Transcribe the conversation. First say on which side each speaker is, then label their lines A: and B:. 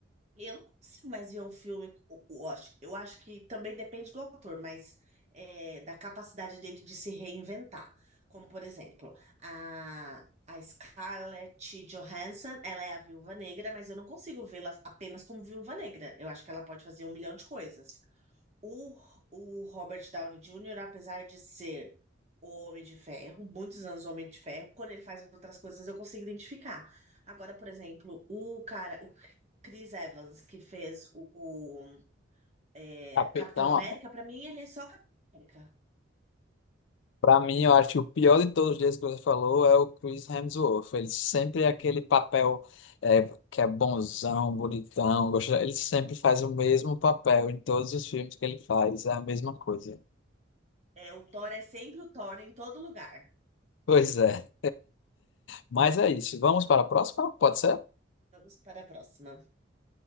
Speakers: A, on the right (about 35°); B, on the left (about 70°).
A: E Eu não consigo mais ver um filme. o- o- Eu acho, eu acho que também depende do autor, mas é, da capacidade dele de se reinventar. Como, por exemplo, a, a Scarlett Johansson, ela é a Viúva Negra, mas eu não consigo vê-la apenas como Viúva Negra. Eu acho que ela pode fazer um milhão de coisas. O, o Robert Downey Jr., apesar de ser o Homem de Ferro, muitos anos o Homem de Ferro, quando ele faz outras coisas eu consigo identificar. Agora, por exemplo, o cara, Chris Evans, que fez o, é,
B: Capitão,
A: Capitão América, pra mim ele é só Capitão América.
B: para mim, eu acho que o pior de todos eles que você falou é o Chris Hemsworth. Ele sempre é aquele papel é, que é bonzão, bonitão. gostoso. Ele sempre faz o mesmo papel em todos os filmes que ele faz, é a mesma coisa.
A: É, o Thor é sempre o Thor em todo lugar.
B: Pois é. Mas é isso. Vamos para a próxima? Pode ser?
A: Vamos para a próxima.